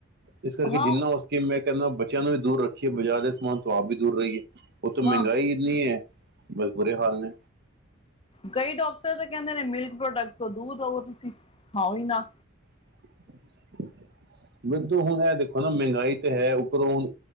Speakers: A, on the right (about 55°); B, on the left (about 25°).
A: ਇਸ ਕਰਕੇ
B: ਹਾਂ
A: ਜਿੰਨਾ ਹੋ ਸਕੇ ਮੈਂ ਕਹਿੰਦਾ ਬੱਚਿਆਂ ਨੂੰ ਵੀ ਦੂਰ ਰੱਖੀਏ ਬਾਜ਼ਾਰ ਦੇ ਸਮਾਨ ਤੋਂ ਆਪ ਵੀ ਦੂਰ ਰਹੀਏ ਉੱਤੋ ਮਹਿੰਗਾਈ
B: ਹਾਂ
A: ਇੰਨੀ ਐ ਬਸ ਬੁਰੇ ਹਾਲ ਨੇ।
B: ਕਈ ਡਾਕਟਰ ਤਾਂ ਕਹਿੰਦੇ ਨੇ ਮਿਲਕ ਪ੍ਰੋਡਕਟ ਤੋਂ ਦੂਰ ਰਵੋ ਤੁਸੀਂ ਖਾਓ ਹੀ ਨਾ।
A: <inaudible> ਵੁਧੂ ਹੁਣ ਇਹ ਦੇਖੋ ਨਾ ਮਹਿੰਗਾਈ ਤੇ ਹੈ, ਉੱਪਰੋਂ ਹੁਣ